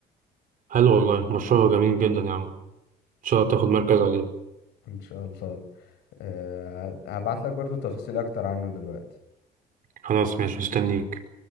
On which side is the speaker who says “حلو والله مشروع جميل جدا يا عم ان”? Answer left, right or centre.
Right